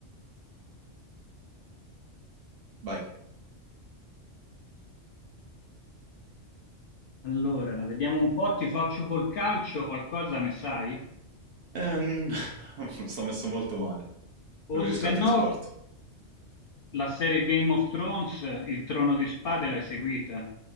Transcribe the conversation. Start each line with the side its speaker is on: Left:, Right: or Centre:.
Right: vai.
Left: Allora, vediamo un po', ti faccio col calcio, qualcosa ne sai?
Right: Ehm, <laughs> sto messo molto male. Preferisco
Left: O se
Right: altri
Left: no,
Right: sport.
Left: la serie Game of Thrones, il Trono di Spade, l'hai seguita?